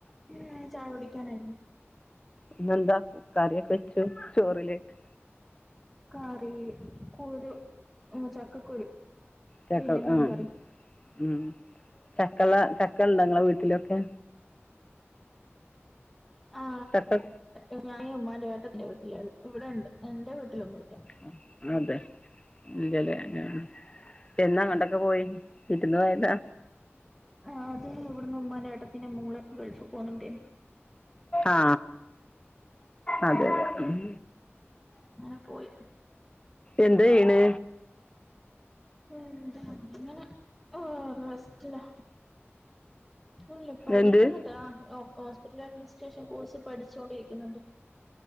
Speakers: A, in the centre; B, on the left.
A: ഉം ചായകുടി ക്കനായിരുന്നു.
B: ഇന്നെന്താ കറിയൊക്കെ വച്ചു. ചോറിലേക്ക്
A: കറി കുരു മ ചക്കക്കുരു
B: ചക്ക
A: പിന്നെ മീൻ
B: ആ
A: കറി
B: ഉം ചക്കള ചക്ക ഉണ്ടൊ ഇങ്ങടെ വീ ട്ടിലൊക്കെ
A: <unintelligible>
B: ചക്ക
A: എന്റെ വീട്ടില ഇവിടെ ഒണ്ട് എന്റെ വീട്ടിലൊണ്ട്
B: ആ അതെ ഇല്ലല്ലേ അങ്ങനാണ് എന്നാ അങ്ങണ്ടൊക്കെ പോയി ഇരുന്ന് പോയതാ
A: ആ അതെ ഇവിടുന്ന് ഉമ്മാന്റെ ഏട്ടത്തിന്റെ മോള് ഗൾഫിൽ പോന്നുണ്ടെ
B: ആ അതെതെ ഉം
A: അങ്ങനെ പോയി
B: എന്തയ്യിണ്
A: ഉം അങ്ങനെ ആ <unintelligible> അല്ല പഠിക്കുന്നുണ്ട്
B: എന്ത്
A: ആ ഓ ഹോസ്പിറ്റൽ അഡ്മിനിസ്ട്രേഷൻ കോഴ്സ് പഠിച്ചോണ്ടിരിക്കുന്നുണ്ട്